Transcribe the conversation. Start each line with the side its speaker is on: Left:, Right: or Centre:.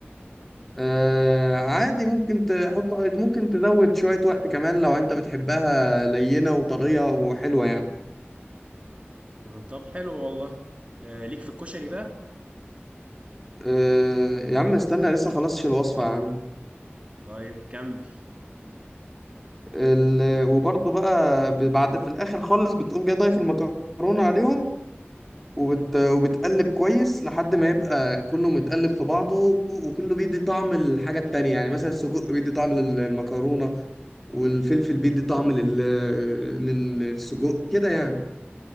Centre: آه عادي ممكن تحط ممكن تزود شوية وقت كمان لو انت بتحبها لينة وطرية وحلوة يعني
Right: امم طب حلو والله آه ليك في الكشري بقى
Centre: آه يا عم استنى لسه خلصش الوصفة يا عم
Right: طيب كمل
Centre: ال... وبرضه بقى ب- بعد في الآخر خالص بتقوم جاي ضايف المكرونة عليهم وبت... وبتقلب كويس لحد ما يبقى كله متقلب في بعضه وكله بيدي طعم الحاجة التانية يعني مثلا السجق بيدي طعم لل- المكرونة والفلفل بيدي طعم لل... للسجق كده يعني